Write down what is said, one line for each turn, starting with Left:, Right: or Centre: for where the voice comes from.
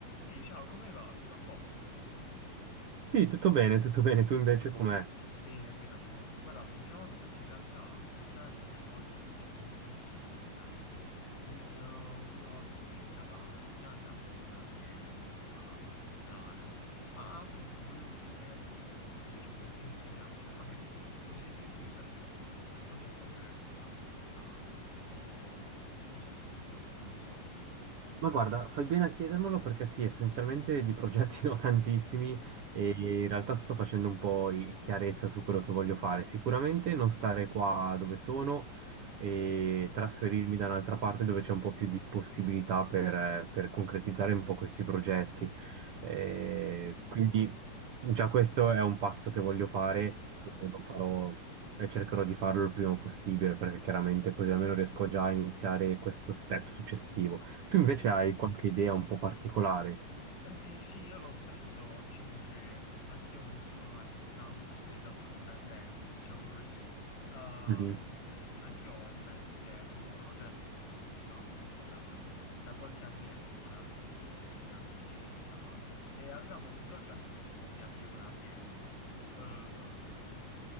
Left: Ehi, ciao, come va? Tutto a posto?
Right: Sì, tutto bene, tutto bene. Tu invece com'è?
Left: Bene, bene, a posto. Guarda, ti ho chiamato perché in realtà praticamente oggi ho visto un reel su Instagram in cui un, eh, un mio amico di vecchia data praticamente ha aperto un'azienda, una roba un po' strana. Ma appunto ti volevo chiedere, tu invece che intenzioni hai? Cioè, magari cosa hai intenzione di fare nel futuro? Hai qualche progetto, qualcosa? O, o studio? Non so.
Right: Ma guarda, fai bene a chiedermelo perché sì, essenzialmente di progetti <laughs> ne ho tantissimi
Left: Mm.
Right: e in realtà sto facendo un po' i- chiarezza su quello che voglio fare. Sicuramente non stare qua dove sono e
Left: Mm.
Right: trasferirmi da un'altra parte dove c'è un po' più di possibilità per, eh, per concretizzare un po' questi progetti. Eh,
Left: Ok.
Right: quindi già questo è un passo che voglio fare
Left: Sì, sì, certo.
Right: e lo farò e cercherò di farlo il prima possibile perché chiaramente così almeno riesco già a iniziare questo step successivo. Tu invece
Left: Certo.
Right: hai qualche idea un po' particolare?
Left: Senti, sì, io lo stesso, diciamo che mh, anch'io non sono, ecco, tanto per il lavoro dipendente, <laughs> diciamo così. Ehm,
Right: Mhm,
Left: anch'io ho in mente, ho un progetto che sto coltivando un po' da, da qualche annetto con altri due miei amici, in realtà, e avevamo in progetto di, di aprire un'azienda. Ehm,